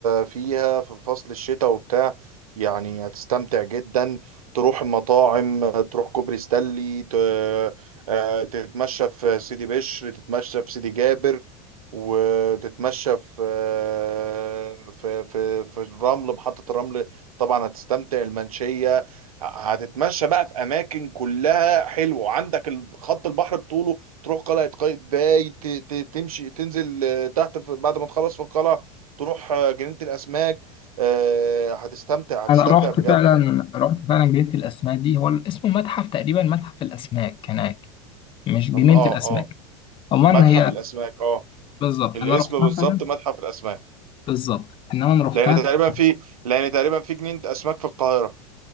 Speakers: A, on the right; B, on the left.
A: فيها في فصل الشتاء وبتاع يعني هتستمتع جدا تروح المطاعم تروح كوبري ستانلي ت- آه، تتمشى في سيدي بشر تتمشى في سيدي جابر وتتمشى في آه، في في في الرمل محطة الرمل طبعا هتستمتع المنشية هتتمشى بقى في اماكن كلها حلوه عندك ال- خط البحر بطوله تروح قلعة قايتباي ت- ت- تمشي تنزل آه، تحت في- بعد ما تخلص في القلعة تروح آه، جنينة الأسماك آه، هتستمتع هتستمتع
B: انا رحت
A: بجد
B: فعلا رحت فعلا جنينة الاسماك دي هو اسمه متحف تقريبا متحف الاسماك هناك مش جنينة
A: أم- اه
B: الاسماك
A: اه
B: عموما
A: متحف
B: هي
A: الأسماك اه
B: بالظبط
A: الاسم
B: انا رحتها
A: بالظبط
B: فعلا
A: متحف الأسماك
B: بالظبط انما انا رحتها
A: لأن تقريبا
B: كانت فرنسا.
A: في لأن تقريبا في جنينة أسماك في القاهرة